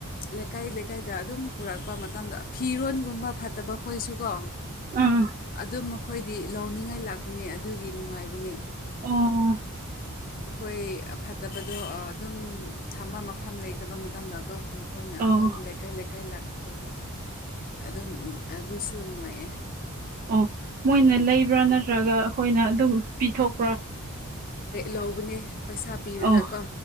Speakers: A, on the left; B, on the right.
A: ꯂꯩꯀꯥꯏ ꯂꯩꯀꯥꯏꯗ ꯑꯗꯨꯝ ꯄꯨꯔꯛꯄ ꯃꯇꯝꯗ ꯐꯤꯔꯣꯒꯨꯝꯕ ꯐꯠꯇꯕ ꯈꯣꯏꯁꯨꯀꯣ
B: ꯑꯥ
A: ꯑꯗꯨ ꯃꯈꯣꯏꯗꯤ ꯂꯥꯎꯅꯤꯡꯉꯥꯏ ꯂꯥꯛꯄꯅꯤ ꯑꯗꯨꯒꯤ ꯅꯨꯡꯉꯥꯏꯕꯅꯤ
B: ꯑꯣ
A: ꯑꯩꯈꯣꯏ ꯐꯠꯇꯕꯗꯣ ꯑꯗꯨꯝ ꯊꯝꯕ ꯃꯐꯝ ꯂꯩꯇꯕ ꯃꯇꯝꯗꯀꯣ ꯑꯩꯈꯣꯏꯅ
B: ꯑꯣ
A: ꯑꯗꯨꯝ ꯂꯩꯀꯥꯏ ꯂꯩꯀꯥꯏ ꯂꯥꯛꯄꯒꯤ ꯑꯗꯨꯝ ꯑꯗꯨꯁꯨ ꯅꯨꯡꯉꯥꯏꯑꯦ
B: ꯑꯣ ꯃꯣꯏꯅ ꯂꯩꯕ꯭ꯔꯥ ꯅꯠꯇ꯭ꯔꯒ ꯑꯩꯈꯣꯏꯅ ꯑꯗꯨꯝ ꯄꯤꯊꯣꯛ
A: ꯂꯧꯕꯅꯦ ꯄꯩꯁꯥ ꯄꯤꯔꯒꯀꯣ
B: ꯑꯣ